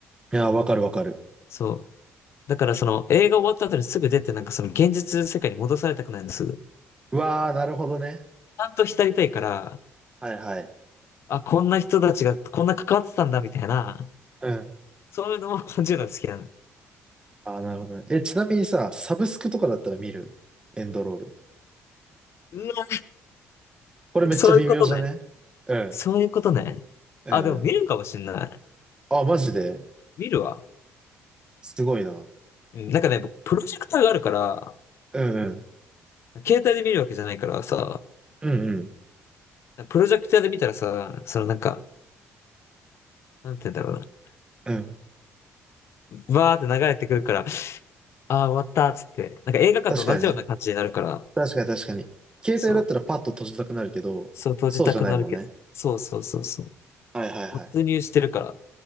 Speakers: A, on the right (about 15°); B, on the left (about 55°).
A: いやー、わかるわかる。
B: そう。だからその、映画終わった後にすぐ出て、なんかその現実世界に戻されたくないんです。ち
A: うわあ、なるほどね。
B: ゃんと浸りたいから、
A: はいはい。
B: あ、こんな人たちが、こんな関わってたんだ、みたいな、
A: うん。
B: そういうのも感じるのが好きなの。
A: ああ、なるほどね。え、ちなみにさ、サブスクとかだったら見るエンドロール。
B: うわ、
A: これめっちゃ微妙じゃねうん。
B: そういうことね。そういうことね。
A: うんうん。
B: あ、でも見るかもしんない。
A: あ、マジで
B: 見るわ。
A: すごいな。
B: うん、なんかね、僕プロジェクターがあるから、
A: うんうん。
B: 携帯で見るわけじゃないからさ、
A: うんうん。
B: プロジェクターで見たらさ、そのなんか、なんて言うんだろうな。
A: うん
B: バーって流れてくるから、ああ、終わったっつって、なんか映画館と同じような感じになるから、
A: 確かにね。確かに確かに。携帯だったらパッと閉じたくなるけど、
B: そう、そう閉じたくなるけど、
A: そうじゃないもんね。
B: そうそうそうそう。
A: はいはいはい。
B: 没入してるから、